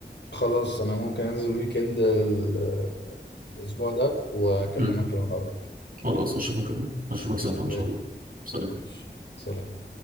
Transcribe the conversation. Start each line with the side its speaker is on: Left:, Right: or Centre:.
Left: خلاص انا ممكن انزل ويكند ال- الاسبوع ده واكلمك
Right: مم.
Left: لو انا رايح
Right: خلاص اشوفك اشوفك ساعتها
Left: زي
Right: ان شاء
Left: الفل.
Right: الله سلام
Left: ماشي سلام